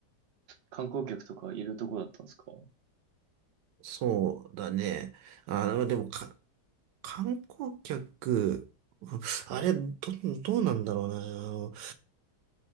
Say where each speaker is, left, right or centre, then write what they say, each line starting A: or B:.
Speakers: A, on the right; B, on the right.
A: 観光客とかいるとこだったんですか
B: そうだね。あ、でもか、観光客、うんあれ、ど、どうなんだろうな。あの、